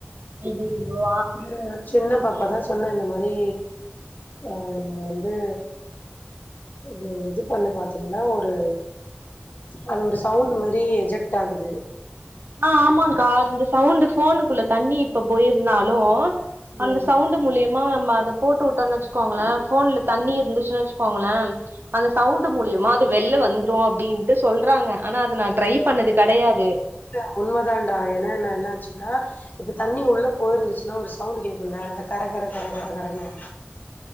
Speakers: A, on the right (about 60°); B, on the left (about 45°).
A: எது இதுவோ
B: ம் சின்ன பாப்பாதா சொன்னா இந்த மாரி அ நீங்க வந்து இது இது பண்ணி பாத்தீங்னா ஒரு அது ஒரு சவுண்டு மாரி எஜெக்ட் ஆகுது
A: ஆ ஆமான்க்கா அந்த சவுண்ட் போனுக்குள்ள தண்ணி இப்ப போயிருந்தாலு
B: ம்
A: அந்த சவுண் மூலமா நம்ம அத போட்டு உட்டோனு வச்சுக்கோங்களே போன்ல தண்ணி இருந்துச்சுனு வச்சுக்கோங்களே அந்த சவுண்டு மூலியமா வெளில வந்துரு அப்டின்ட்டு சொல்றாங்க ஆனா அது நா ட்ரை பண்ணது கெடையாது
B: இல்ல உண்மதாண்டா ஏனா என்ன என்ன ஆச்சுனா இப்ப தண்ணி உள்ள போயிருந்துச்சுன்னா ஒரு சவுண்டு கேக்குல அந்த கர கர கர கர கரன்னு